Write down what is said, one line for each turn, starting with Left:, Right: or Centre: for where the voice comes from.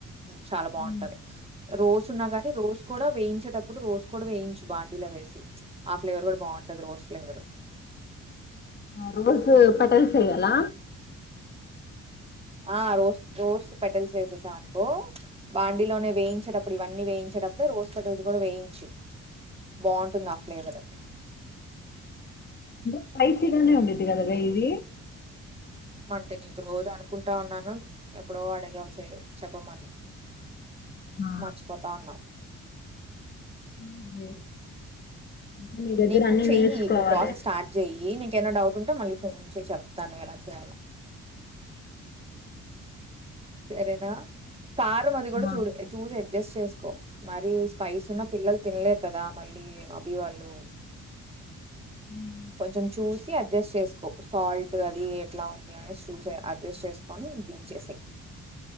Right: చాలా బాగుంటుంది
Left: ఉమ్.
Right: రోస్ ఉన్నా కానీ రోస్ కూడా వేయించేటప్పుడు రోస్ కూడా వేయించు బాడీలో వేసి ఆ ఫ్లేవర్ కూడా బాగుంటది రోస్ ఫ్లేవరు
Left: రోజు పటల్ చేయాల
Right: ఆ రోస్ రోస్ పెటల్స్ వేసేసాం అనుకో బాండిీలోనే వేయించేటప్పుడు ఇవన్నీ వేయించేటప్పుడు రోస్ పెటల్స్ కూడా వేయించు బాగుంటుంది ఆ ఫ్లేవర్
Left: స్పైసిగానే ఉండది కదా ఈది
Right: అంటే నీకు రోజు అనుకుంటా ఉన్నాను ఎప్పుడో అడిగావు చె చెప్పమని
Left: ఆ
Right: మార్చిపోతా ఉన్నా
Left: అదే. ఇంకా నీ దగ్గర
Right: నీకు
Left: అన్ని
Right: చెయ్యి
Left: నేర్చుకోవాలి
Right: నువ్వు ప్రాసెస్ స్టార్ట్ చెయ్యి నీకేమన్న డౌట్ ఉంటేో మళ్ళీ నుంచిే చెప్తాను ఎలా చేయాల సరేనా కారం అది కూడా
Left: ఆ!
Right: చూడు చూస అడ్జస్ట్ చేసుకో మరి స్పైస్ ఉన్న పిల్లలు తినలేరు కదా మళ్ళీ అభీ వాళ్ళు
Left: ఉ
Right: కొంచెం చూసి అడ్జస్ట్ చేసుకో సాల్ట్ అది లా ఉంది అనేసి సూజె అది అడ్జస్ట్ చేసుకొని దించేసెయ్